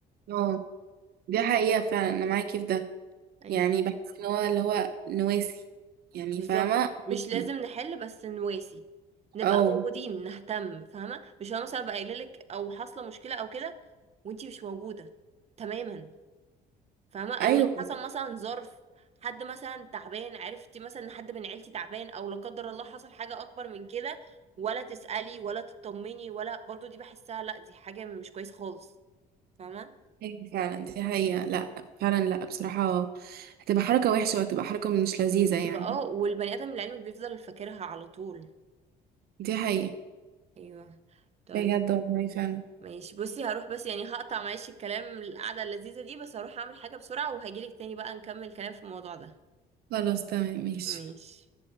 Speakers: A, on the right (about 65°); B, on the right (about 40°).
A: اه دي حقيقة فعلا أنا معاكي في ده
B: ايوه
A: يعني بحس إن هو اللي هو نواسي يعني
B: بالظبط
A: فاهمة
B: مش
A: واسي
B: لازم نحل بس نواسي نبقى
A: اه
B: موجودين نهتم فاهمه مش انا مثلا ابقى قايله لك او حاصله مشكله او كده وانتي مش موجوده تماما فاهمة او
A: أيوة
B: لو حصل مثلا ظرف حد مثلا تعبان عرفتي مثلا ان حد من عيلتي تعبان او لا قدر الله حصل حاجة اكبر من كده ولا تسألي ولا تطمني ولا برضو دي بحسها لا دي حاجة مش كويس خالص فاهمة
A: أيوة فعلا دي حقيقة لا فعلا لا بصراحة هتبقى حركة وحشة وهتبقى حركة مش لذيذة
B: بتبقى
A: يعني
B: اه والبني ادم لعلمك بيفضل فاكرها على طول
A: دي حقيقة
B: ايوه طيب
A: بجد والله فعلا
B: ماشي بصي هروح بس يعني هقطع معلش الكلام القعدة اللذيذة دي بس هروح اعمل حاجة بسرعة وهجيلك تاني بقى نكمل كلام في الموضوع ده
A: خلاص تمام ماشي
B: ماشي